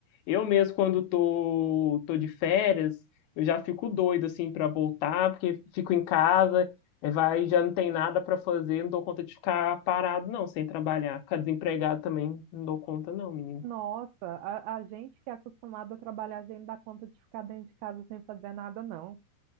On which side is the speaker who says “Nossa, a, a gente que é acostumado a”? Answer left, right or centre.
Right